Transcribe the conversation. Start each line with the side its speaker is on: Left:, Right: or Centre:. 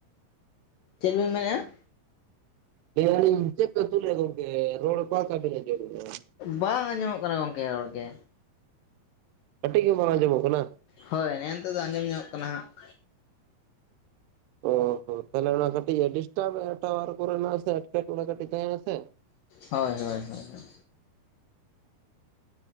Left: ᱪᱮᱫ ᱵᱮᱱ ᱢᱮᱱ ᱮᱜᱼᱟ?
Right: ᱞᱟᱹᱭ ᱟᱞᱤᱧ ᱪᱮᱫ ᱯᱮ ᱩᱛᱩ ᱞᱮᱜ-ᱟ ᱜᱚᱝᱠᱮ, ᱨᱚᱲ ᱠᱚᱠᱟ ᱞᱮᱠᱟ ᱵᱮᱱ ᱟᱡᱚᱢᱮᱜ-ᱟ?
Left: ᱵᱟᱝ ᱟᱸᱡᱚᱢᱚᱜ ᱠᱟᱱᱟ ᱜᱚᱝᱠᱮ ᱨᱚᱲ ᱜᱮ᱾
Right: ᱠᱟᱴᱤᱡ ᱜᱮ ᱵᱟᱝ ᱟᱡᱚᱢᱚᱜ ᱠᱟᱱᱟ?
Left: ᱦᱳᱭ ᱱᱮᱜᱮᱱᱤᱛᱳᱜ ᱫᱚ ᱟᱸᱡᱚᱢ ᱧᱚᱜ ᱠᱟᱱᱟ ᱦᱟᱸᱜ ᱾
Right: ᱚ ᱛᱟᱦᱞᱮ ᱚᱱᱟ ᱠᱟᱹᱴᱤᱡ ᱰᱤᱥᱴᱟ ᱮᱴᱟ ᱠᱚᱨᱮᱱᱟᱜ ᱥᱮ ᱮᱴᱠᱮᱴᱚᱬᱮ ᱠᱟᱹᱴᱤᱡ ᱛᱟᱦᱮᱸᱱᱟᱥᱮ?
Left: ᱦᱳᱭ ᱦᱳᱭ ᱦᱳᱭ ᱦᱳᱭ᱾